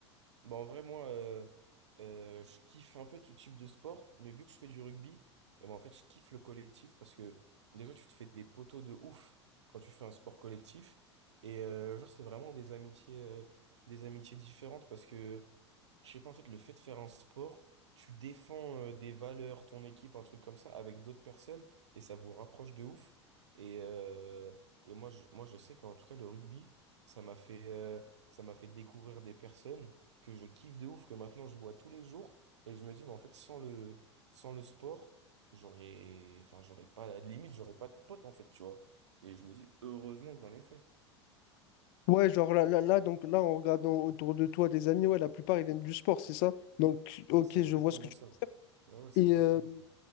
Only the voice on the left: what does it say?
Ouais, genre là, là, là, donc là, en regardant autour de toi des amis, ouais, la plupart ils viennent du sport, c'est ça? Donc, ok,
je
vois ce que tu.
Et
euh,